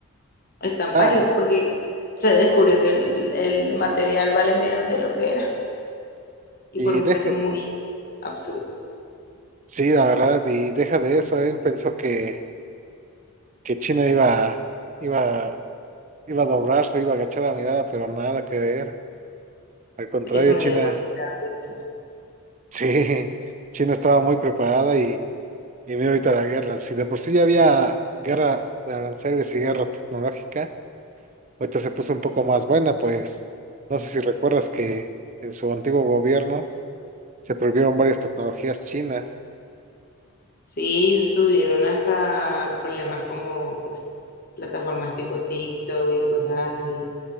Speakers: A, on the left; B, on the right.
A: están en
B: Ah,
A: paila, porque se descubrió que el, el material vale menos de lo que era y
B: y
A: por un
B: deja,
A: precio muy absurdo.
B: sí, la verdad, y deja de eso, él pensó que, que China iba, iba, iba a doblarse, iba a agachar la mirada, pero nada que ver. Al contrario,
A: Eso me
B: China,
A: dio demasiada risa.
B: <laughs> sí, China estaba muy preparada Y mira ahorita la guerra, si de por sí ya había guerra de aranceles y guerra tecnológica, ahorita se puso un poco más buena, pues no sé si recuerdas que en su antiguo gobierno se prohibieron varias tecnologías chinas.
A: Sí, tuvieron hasta problemas como pues, plataformas tipo TikTok y cosas así.